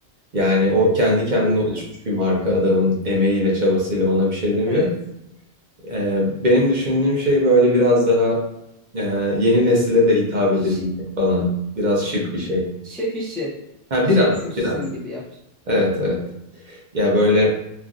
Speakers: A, on the right; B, in the centre.
A: Yani o kendi kendine
B: Tabii
A: oluşmuş
B: canım.
A: bir marka adamın emeğiyle çabasıyla ona bir şey demiyorum.
B: Evet.
A: Ee, benim düşündüğüm şey böyle biraz daha e, yeni nesile de hitap edebilecek
B: Ş-
A: falan biraz şık bir şey.
B: şef işi.
A: Ha,
B: Şefmişsin
A: biraz biraz
B: gibi yapacağım.
A: evet evet. Ya böyle